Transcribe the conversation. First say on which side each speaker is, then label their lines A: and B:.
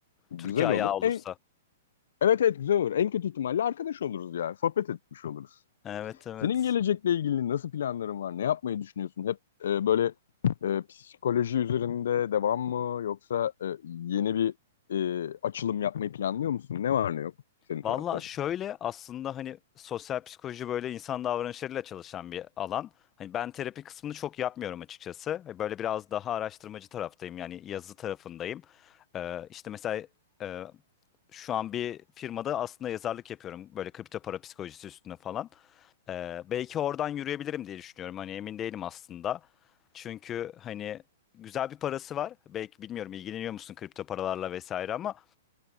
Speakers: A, on the left; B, on the left.
A: güzel
B: Türkiye ayağı
A: olur.
B: olursa.
A: En Evet evet güzel olur. En kötü ihtimalle arkadaş oluruz yani. Sohbet etmiş oluruz.
B: Evet evet.
A: Senin gelecekle ilgili nasıl planların var? Ne yapmayı düşünüyorsun? Hep e, böyle e, psikoloji üzerinde devam mı? Yoksa e, yeni bir e, açılım yapmayı planlıyor musun? Ne var ne yok senin
B: Valla
A: tarafta?
B: şöyle aslında hani sosyal psikoloji böyle insan davranışlarıyla çalışan bir alan. Hani ben terapi kısmını çok yapmıyorum açıkçası. E, Böyle biraz daha araştırmacı taraftayım yani yazı tarafındayım. Ee, işte mesela e, şu an bir firmada aslında yazarlık yapıyorum. Böyle kripto para psikolojisi üstüne falan. Ee, belki oradan yürüyebilirim diye düşünüyorum. Hani emin değilim aslında. Çünkü hani güzel bir parası var. Belki bilmiyorum ilgileniyor musun kripto paralarla vesaire ama